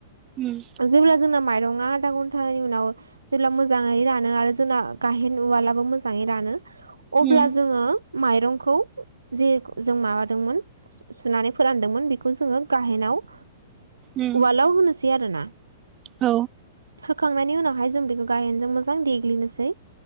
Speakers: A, on the right; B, on the right.
A: उम
B: जेब्ला जोंना माइरङा आधा घन्टानि उनाव जेब्ला मोजां मोजाङै रानो आरो जोंना गाहेन उवालाबो मोजाङै रानो अब्ला
A: उम
B: जोङो माइरंखौ जे जों माबादोंमोन सुनानै फोरानदोंमोन बेखौ जोङो गाहेनाव
A: उम
B: उवालाव होनोसै आरो ना।
A: औ
B: होखांनायनि उनावहाय जों बेखौ गायेनजों मोजां देग्लिनोसै।